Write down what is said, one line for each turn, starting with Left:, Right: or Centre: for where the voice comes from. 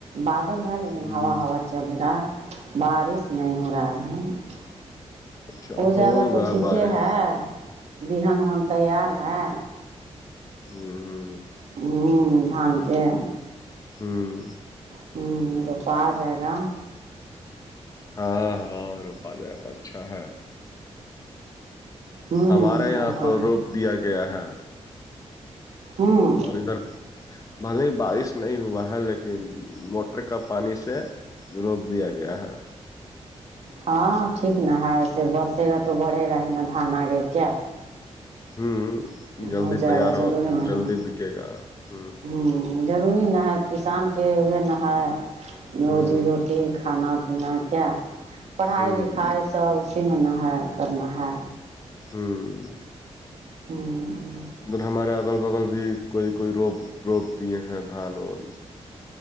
Right: بادل ہے لیکن
Left: ہوں
Right: ہا ہوا چل رہا ہے بارش نہیں ہو رہا ہے اب
Left: اچھا
Right: ہو جائے
Left: ہوگا
Right: گا تو ٹھیک
Left: بارے
Right: ہے بہان وہان تیار ہے
Left: ہوں ہ
Right: ہ دھان کے
Left: ہوں
Right: ہوں روپا آ جائے گا
Left: ہاں ہاں روپ آ جائے تو اچھا ہے
Right: ہوں
Left: ہمارے یہاں
Right: روپا
Left: تو روپ دیا گیا ہے
Right: ہوں
Left: اور ادھر بھلے ہی بارش نہیں ہوا ہے لیکن موٹر کا پانی سے روپ دیا گیا ہے
Right: ہاں ٹھیک نا ہے ایسے برسے گا تو بڑھے گا ہی نا دھان آگے کیا
Left: ہوں جلدی
Right: ہو جائے
Left: تیار
Right: گا ضروری
Left: ہو تو
Right: نا
Left: جلدی
Right: ہے
Left: بکے گا ہ
Right: ہوں ضروری نہ ہے کسان کے وہ ن ہے ہے روزی
Left: ہوں
Right: روٹی کھانا پینا کیا پڑھائی
Left: ہوں
Right: لکھائی سب اسی میں نہ ہے کرنا ہے
Left: ہوں
Right: ہوں
Left: ادھر ہمارے اگل بغل بھی کوئی کوئی روپ روپ دیے ہیں دھان اور